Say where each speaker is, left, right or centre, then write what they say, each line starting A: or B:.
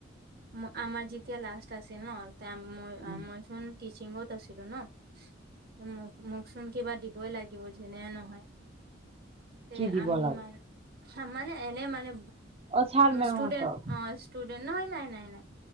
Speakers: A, on the right; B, on the right.
A: অ আমাৰ যেতিয়া লাষ্ট আছে ন তেতিয়া মই
B: উম
A: মইচোন টিচিংত আছিলো ন উম মোকচোন কিবা দিবই লাগিব যেনে নহয় তে
B: কি দিব
A: আমি
B: লাগে
A: মান চামানে এনে মানে
B: অ ছাৰ মেমহঁতক
A: ষ্টুডেণ্ট অহ ষ্টুডেণ্ট ন হয় নাই নাই নাই